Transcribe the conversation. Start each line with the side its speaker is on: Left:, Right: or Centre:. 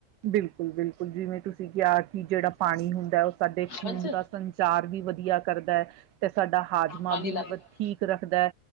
Right: ਬਿਲਕੁਲ ਬਿਲਕੁਲ ਜਿਵੇਂ ਤੁਸੀਂ ਤੇ ਗਿਆ ਜੀ ਜਿਹੜਾ ਪਾਣੀ ਹੁੰਦਾ ਉਹ ਸਾਡੇ ਖੂਨ
Left: ਪੰਚ
Right: ਦਾ ਸੰਚਾਰ ਵੀ ਵਧੀਆ ਕਰਦਾ ਤੇ ਸਾਡਾ ਹਾਜ਼ਮਾ
Left: ਪਾਣੀ
Right: ਵੀ
Left: ਲੱਗ
Right: ਠੀਕ ਰੱਖਦਾ ਹੈ